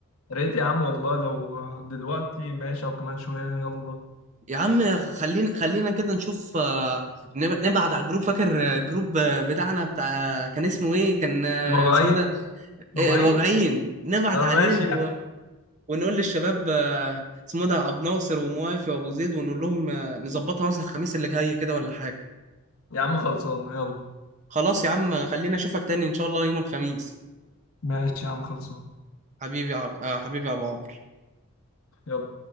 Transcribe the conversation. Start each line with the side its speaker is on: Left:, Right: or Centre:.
Left: يا ريت يا عم والله لو دلوقتي ماشي او كمان شويه يلا
Right: يا عم خلينا خلينا كده نشوف آه، نب- نبعت على الجروب فاكر آه، الجروب آه، بتاعنا بتاع كان اسمه ايه كان آه،
Left: الوجعين
Right: اسمه ده
Left: الوجعين
Right: إيه، الواجعين نبعت
Left: اه
Right: عليه
Left: ماشي
Right: و...
Left: يا عم
Right: ونقول للشباب آه، اسمه ده عبد ناصر وموافي وابو زيد ونقول لهم آه، نظبطها مثلا الخميس اللي جاي كده ولا حاجة
Left: يا عم خلصان يلا
Right: خلاص يا عم خلينا اشوفك تاني ان شاء الله يوم الخميس
Left: ماشي يا عم خلصان
Right: حبيبي يا عب... آه، حبيبي يا عبد
Left: يلا